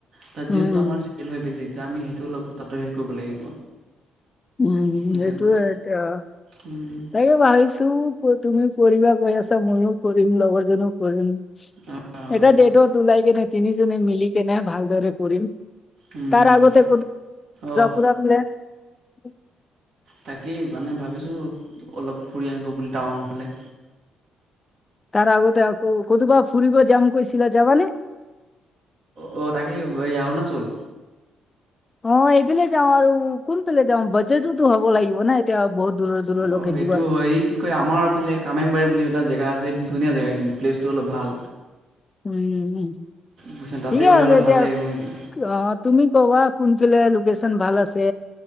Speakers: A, on the right; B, on the left.
A: তাত
B: উম
A: যোনটো আমাৰ চেল হয় বেছি তাত আমি সেইটো অলপ তাতে হেৰি কৰিব লাগিব।
B: উম
A: বুজিছা
B: সেইটোয়ে
A: নাই
B: এতিয়া
A: উম
B: তাকে ভাবিছো তুমি পঢ়িবা গৈ আছা ময়ো কৰিম লগৰজনো কৰিম।
A: অঁ
B: এটা ডেটত ওলাই কেনে তিনি জনে মিলি কেনে ভালদৰে কৰিম।
A: উম
B: তাৰ আগতে
A: অঁ
B: ফুৰাে <unintelligible>
A: তাকেই মানে ভাবিছোঁ অলপ ফুৰি আহিবো বুলি টাউনৰ ফালে
B: তাৰ আগতে আকৌ কতবা ফুৰিব জাম কৈছিলা যাবা নে
A: অ' তাকে এয়া অৰুণাচল
B: অ' এইফালে যাওঁ আৰু কোনফালে যাওঁ বাজেটতো হ'ব লাগিব ন এতিয়া বহুত দূৰৰ দূৰলৈকে
A: অ 'সেইটো
B: যোৱা।
A: হয় কি কয় আমাৰফালে কামেংবাৰী বুলি এটা জে জেগা আছে সেই ধুনীয়া জেগা কিন্তু প্লেচটো অলপ ভাল।
B: উম-উম
A: বুজিছা তাতে
B: ঠিকে
A: গ'লে
B: আছে
A: অলপ
B: এতিয়া
A: ভাল লাগিব নেকি
B: অ তুমি কবা কোনফিলে লোকেশচন ভাল আছে